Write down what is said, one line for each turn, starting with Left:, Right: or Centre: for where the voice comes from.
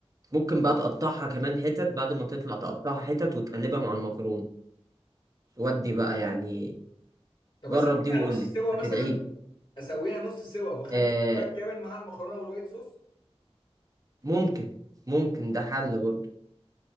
Right: ممكن بقى تقطعها كمان حتت بعد ما تطلع تقطعها حتت وتقلبها مع المكرونة ودي بقى يعني
Left: طب
Right: جرب
Left: اسويها
Right: دي وقول
Left: نص
Right: لي
Left: سوا
Right: هتدعي
Left: مثلا اسويها نص سوا واخلي
Right: آه
Left: السوا الكامل مع المكرونه والوايت صوص
Right: ممكن ممكن ده حل برضه